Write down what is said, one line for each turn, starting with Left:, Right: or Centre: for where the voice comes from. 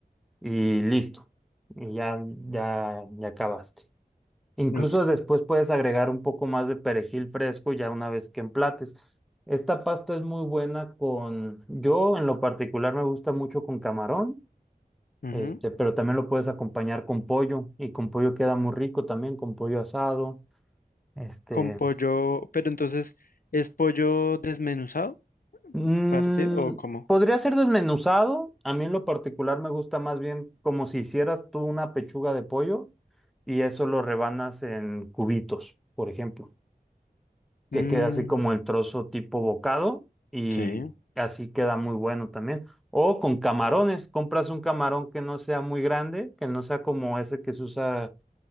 Centre: y listo. Y ya, ya, ya acabaste. Incluso
Left: Ok.
Centre: después puedes agregar un poco más de perejil fresco ya una vez que emplates. Esta pasta es muy buena con, yo en lo particular me gusta mucho con camarón,
Left: Ujú.
Centre: este, pero también lo puedes acompañar con pollo y con pollo queda muy rico también, con pollo asado. Este,
Left: Con pollo, pero entonces, ¿es pollo desmenuzado,
Centre: Mm,
Left: parte o cómo?
Centre: podría ser desmenuzado. A mí en lo particular me gusta más bien como si hicieras tú una pechuga de pollo y eso lo rebanas en cubitos, por ejemplo, que
Left: Mm,
Centre: queda así como el trozo tipo bocado y
Left: sí,
Centre: así queda muy bueno también. O con camarones, compras un camarón que no sea muy grande, que no sea como ese que se usa,